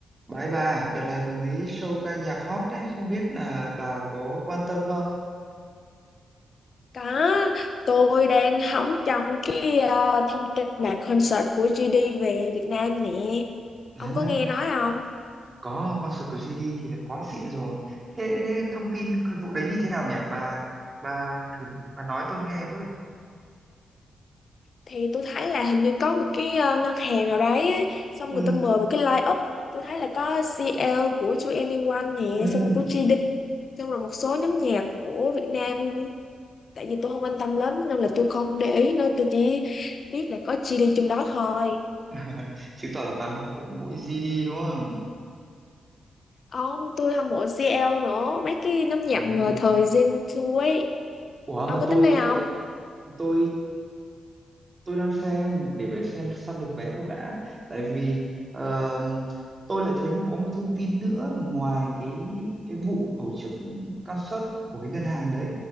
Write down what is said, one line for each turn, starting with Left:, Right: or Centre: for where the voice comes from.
Right: Bái bà, đợt này có mấy show ca nhạc hot đấy, không biết là bà có quan tâm không?
Left: Có, tôi đang hóng trong cái ờ, thông tin mà concert của GD về Việt Nam nè.
Right: À,
Left: Ông có nghe nói không?
Right: có, concert của GD thì là quá xịn rồi. Thế thông tin cái vụ đấy như thế nào nhỉ? Bà bà thử bà nói tôi nghe với.
Left: Thì tôi thấy là hình như có một cái ờ, ngân hàng nào đấy ấy, xong
Right: Ừ,
Left: người ta mời một cái line-up. Tôi thấy là có CL của 2NE1 nè,
Right: ừ.
Left: xong rồi của GD, xong rồi một số nhóm nhạc của Việt Nam. Tại vì tôi không quan tâm lắm nên là tôi không để ý nữa, tôi chỉ biết là có GD trong đó thôi.
Right: <laughs> Chứng tỏ là bà hâm mộ mỗi GD đúng không?
Left: Ông, tôi hâm mộ CL nữa, mấy cái nhóm nhạc
Right: À.
Left: mà thời Gen 2 ấy.
Right: Ủa
Left: Ông
Right: mà
Left: có
Right: tôi
Left: tính đi không?
Right: lại tôi tôi đang xem để phải xem săn được vé không đã tại vì ờ, tôi lại thấy có một thông tin nữa là ngoài cái cái vụ tổ chức concert của cái ngân hàng đấy